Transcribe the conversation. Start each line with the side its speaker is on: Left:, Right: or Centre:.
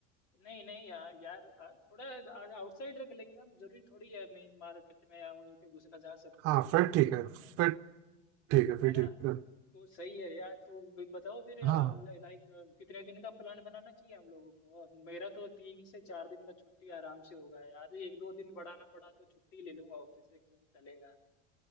Left: नहीं नहीं यार यार आ- थोड़ा आउटसाइड रख लेंगे हम जरूरी थोड़ी है मेन मार्केट में या वहीं पे घुसना जहाँ सब घुसेंगे
Right: हाँ फिर
Left: वहीं
Right: ठीक
Left: पे जाके
Right: है फिर
Left: आएंगे
Right: ठीक है फिर
Left: है ना
Right: ठीक है
Left: तो सही है यार तो भी बताओ फिर
Right: हाँ
Left: लाइक कितने दिन का प्लान बनाना चाहिए हम लोगों को अब मेरा तो तीन से चार दिन का छुट्टी आराम से होगा यार एक दो दिन बढ़ाना पड़ा तो छुट्टी ले लूंगा ऑफिस से मुझे चलेगा